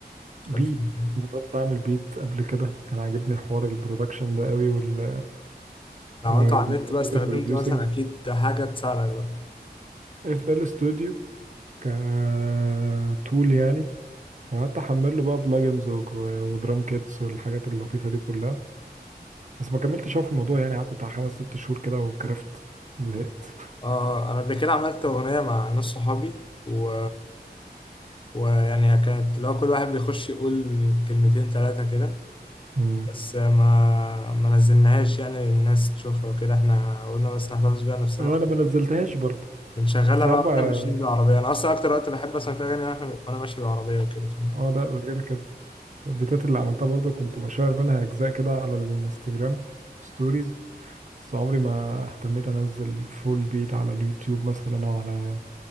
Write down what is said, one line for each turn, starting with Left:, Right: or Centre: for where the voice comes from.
Left: فكرت
Right: بيت
Left: في الموضوع ده؟
Right: جربت اعمل بيت قبل كده كان عاجبني حوار البرودكشن ده قوي وال
Left: لو
Right: والميوزك
Left: عملته على النت بقى استخدمت
Right: بروديوسنج
Left: مثلا اكيد حاجه تساعدك بقى
Right: اف ال ستوديو كتول يعني وقعدت احمل له بقى بلجنز ودرام كيتس والحاجات اللطيفه دي كلها بس ما كملتش أوي في الموضوع يعني قعدت بتاع خمس ست شهور كده وكرفت زهقت
Left: اه اه انا قبل كده عملت اغنيه مع ناس صحابي و... ويعني كانت لو كل واحد بيخش يقول كلمتين ثلاثه كده
Right: امم
Left: بس ما ما نزلناهاش يعني الناس تشوفها وكده احنا قلنا بس نحتفظ بيها نفسنا
Right: اه انا ما نزلتهاش برضه
Left: بنشغلها
Right: كنت ساعات
Left: بقى
Right: بقى
Left: واحنا ماشيين بالعربية أنا أصلا أكتر وقت بحب أسمع فيها أغاني وإحنا- وأنا ماشي بالعربية وكده فاهم
Right: اه لا ده غير كده البيتات اللي عملتها برضو كنت بشير منها اجزاء كده على الانستجرام ستوريز بس عمري ما اهتميت انزل فول بيت على اليوتيوب مثلا او على